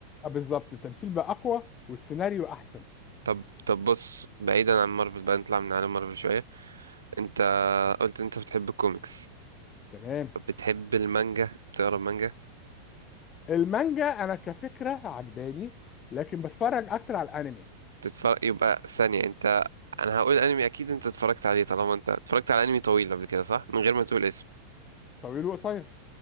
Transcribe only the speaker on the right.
طب طب بص بعيدا عن مارفل بقى نطلع من عالم مارفل شويه انت قلت انت بتحب الكوميكس
طب بتحب المانجا بتقرا مانجا؟
تتفرج يبقى ثانية انت انا هقول انمي اكيد انت اتفرجت عليه طالما انت اتفرجت على انمي طويل قبل كده صح من غير ما تقول اسم